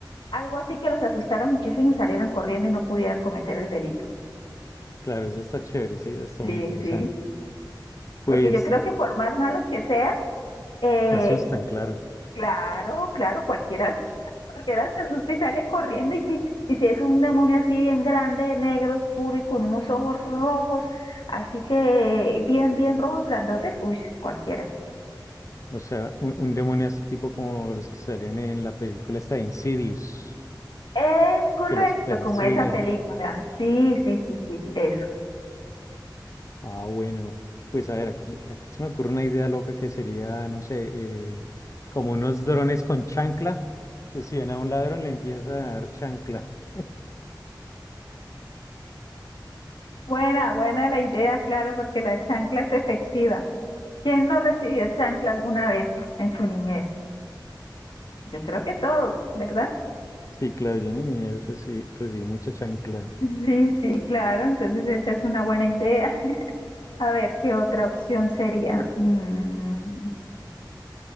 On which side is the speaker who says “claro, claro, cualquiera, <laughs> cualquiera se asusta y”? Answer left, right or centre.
Left